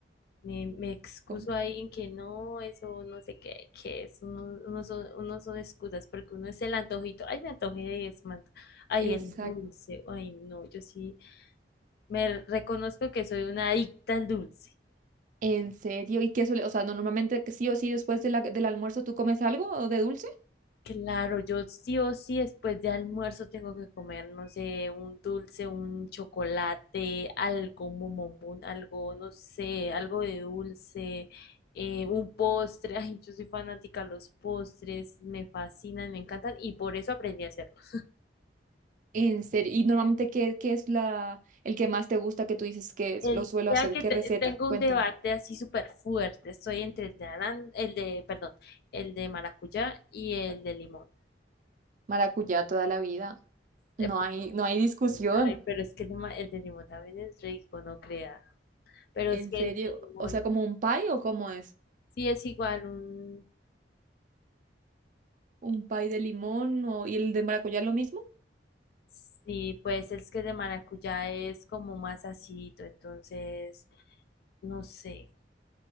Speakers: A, on the left; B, on the right.
A: Me, me excuso
B: Com-
A: ahí en que no, eso no sé qué, qué es, uno, uno son, uno son excusas, porque uno es el antojito, ay, me antojé de eso, man. Ay,
B: Exacto.
A: el dulce, ay, no, yo sí me reconozco que soy una adicta al dulce.
B: ¿En serio? ¿Y qué suele, o sea, no, normalmente que sí o sí después de la- del almuerzo tú comes algo o de dulce?
A: Claro, yo sí o sí después de almuerzo tengo que comer, no sé, un dulce, un chocolate, algo, un bombombón, algo, no sé, algo de dulce, eh, un postre. <laughs> Ay, yo soy fanática de los postres, me fascinan, me encantan y por eso aprendí a hacerlos.
B: ¿En serio? ¿Y normalmente qué, qué es la, el que más te gusta que tú dices que
A: El,
B: lo suelo
A: vea
B: hacer?
A: que
B: ¿Qué
A: te-
B: receta?
A: tengo
B: Cuéntame.
A: un debate así súper fuerte, estoy entre el de aran- el de, perdón, el de maracuyá y el de limón.
B: Maracuyá toda la vida. No
A: Eh, pero,
B: hay, no hay discusión.
A: eh, Ay, pero es que el de ma- el de limón también es rico, no creas. pero
B: En
A: es que
B: serio.
A: el limón
B: O sea, ¿como un pie o cómo es?
A: sí es igual un,
B: ¿Un pie de limón o, y el de maracuyá lo mismo?
A: sí, pues es que el de maracuyá es como más acidito, entonces, no sé,